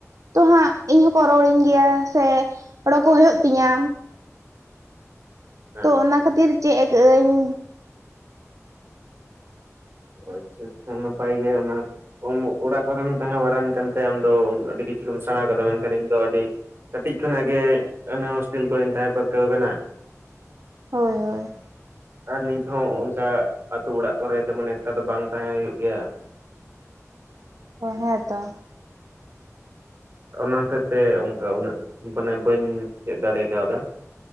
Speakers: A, on the right; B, on the right.
A: ᱛᱚ ᱦᱟᱸᱜ ᱤᱧ ᱦᱚᱸᱠᱚ ᱨᱚᱲ ᱤᱧ ᱜᱮᱭᱟ ᱥᱮ ᱚᱰᱚ ᱠᱚ ᱦᱩᱭᱩᱜ ᱛᱤᱧᱟ
B: ᱦᱮᱸ
A: ᱛᱚ ᱚᱱᱟ ᱠᱷᱟᱹᱛᱤᱨ ᱪᱮᱫ ᱠᱟᱜ ᱟᱹᱧ᱾
B: ᱟᱪᱪᱷᱟ ᱟᱪᱪᱷᱟ ᱱᱟᱯᱟᱭ ᱜᱮ ᱚᱱᱟᱢ ᱚᱲᱟᱜ ᱠᱚᱨᱮᱢ ᱛᱟᱦᱮᱸ ᱵᱟᱲᱟᱭᱮᱱ ᱠᱟᱱᱛᱮ ᱟᱢ ᱫᱚ ᱟᱹᱰᱤ <unintelligible> ᱥᱮᱬᱟ ᱠᱟᱫᱟ ᱢᱮᱱᱠᱷᱟᱱ ᱤᱧ ᱫᱚ ᱟᱹᱰᱤ ᱠᱟᱹᱴᱤᱡ ᱠᱷᱚᱱᱟᱜ ᱜᱮ ᱚᱱᱟ ᱦᱳᱥᱴᱮᱞ ᱠᱚᱨᱮᱧ ᱛᱟᱦᱮᱸ ᱯᱟᱹᱨᱠᱟᱹᱣ ᱟᱠᱟᱱᱟ᱾
A: ᱦᱳᱭ ᱦᱳᱭ᱾
B: ᱟᱨ ᱱᱤᱛ ᱦᱚᱸ ᱚᱱᱠᱟ ᱟᱹᱛᱩ ᱚᱲᱟᱜ ᱠᱚᱨᱮ ᱛᱮᱢᱚᱱ ᱮᱠᱴᱟ ᱫᱚ ᱵᱟᱝ ᱛᱟᱦᱮᱸ ᱦᱩᱭᱩᱜ ᱜᱮᱭᱟ᱾
A: ᱳ ᱦᱮᱛᱚ᱾
B: ᱚᱱᱟ ᱦᱚᱛᱮᱜ ᱛᱮ ᱚᱱᱠᱟ ᱩᱱᱟᱹᱜ ᱢᱟᱱᱮ ᱵᱟᱹᱧ ᱪᱮᱫ ᱫᱟᱲᱮ ᱠᱟᱣᱫᱟ᱾